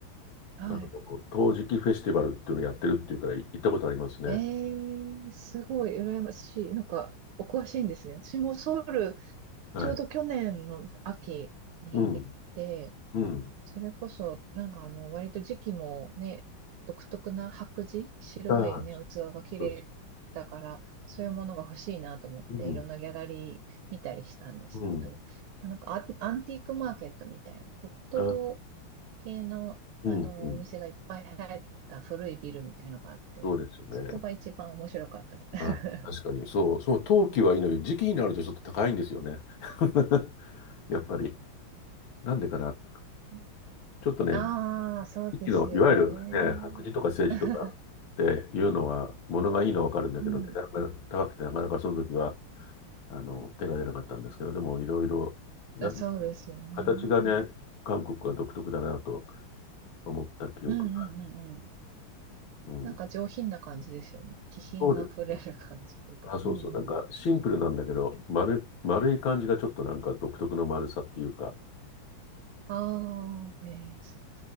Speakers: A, on the right; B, on the left.
A: はい。
B: あの陶磁器フェスティバルっていうのをやってるっていうから行ったことありますね。
A: えー、すごい羨ましい。なんか、お詳しいんですね。私もソウル、
B: はい。
A: ちょうど去年の秋に行って、
B: うん。うん。
A: それこそ、なんかあの、割と時期もね、独特な白磁、白いね、
B: ああ、
A: 器が綺麗だから、
B: そうそ
A: そういうものが欲しいなと思って、
B: う。うん。
A: いろんなギャラリー見たりしたんですけど、
B: うん。
A: なんかア、アンティークマーケットみたいなこと
B: ああ
A: 系の、
B: うん、
A: あの、
B: うん。
A: お店がいっぱい入った古いビルみたいのがあって、
B: そうですよね。
A: そこが一番面白かったです。
B: あ、確かに、そう、そう、冬季はいいのよ。時期になるとちょっと高いんですよね。<laughs> やっぱり。なんでかな。
A: <laughs>
B: ちょっとね、
A: ああ、そうですよね。
B: 時期の、いわゆるね、白磁とか青磁とかっていうのは、
A: <laughs>
B: 物がいいのはわかるんだけどね、
A: うん。
B: なかなか高くてなかなかその時は、あの、手が出なかったんですけど、でもいろいろ、な
A: そうですよね。
B: 形がね、韓国は独特だなと思った記憶が。
A: うんうんうんうんうん。
B: うん。
A: なんか上品な感じですよね。気品あふれる感じというか。
B: そうですね。あ、そうそう。
A: うんうん。
B: なんかシンプルなんだけど、丸、丸い感じがちょっとなんか独特の丸さっていうか、
A: ああ、えー、そ、